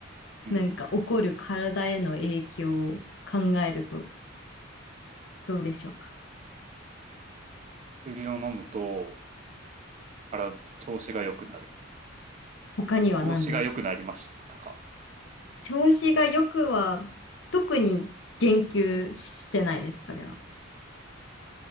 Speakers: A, on the right; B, on the left.
A: うん。
B: なんか起こる体への影響を考えるとどうでしょうか。
A: 薬を飲むと、から調子が良くなる。
B: 他には何ですか
A: 調子が良くなりましたか。
B: 調子が良くは、特に言及してないです、それは。